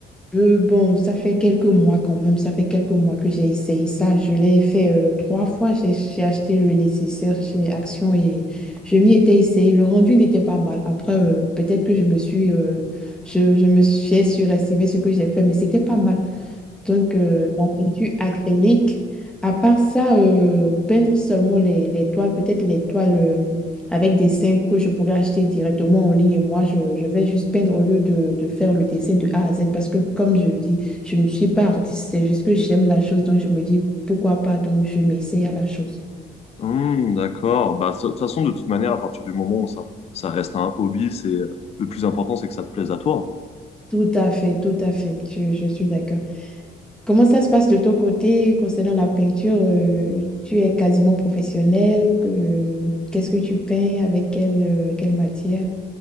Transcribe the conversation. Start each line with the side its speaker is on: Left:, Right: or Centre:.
Centre: euh, bon, ça fait quelques mois quand même, ça fait quelques mois que j'ai essayé ça. Je l'ai fait euh, trois fois, j'ai j'ai acheté le nécessaire chez Action et je m'y étais essayé. Le rendu n'était pas mal. Après, euh, peut-être que je me suis, euh, je, je me suis j'ai surestimé ce que j'ai fait, mais c'était pas mal. Donc, euh, la peinture acrylique, à part ça, euh, peindre seulement les, les toiles, peut-être les toiles euh, avec des dessins que je pourrais acheter directement en ligne et moi, je, je vais juste peindre au lieu de, de faire le dessin de A à Z parce que, comme je le dis, je ne suis pas artiste, c'est juste que j'aime la chose, donc je me dis pourquoi pas, donc je m'essaye à la chose.
Left: Hmm, d'accord. Bah, de toute façon, de toute manière, à partir du moment où ça, ça reste un hobby, c'est euh, le plus important, c'est que ça te plaise à toi.
Centre: Tout à fait, tout à fait, je, je suis d'accord. Comment ça se passe de ton côté concernant la peinture? euh, tu es quasiment professionnel. Que, qu'est-ce que tu peins? Avec quelle, euh, quelle matière?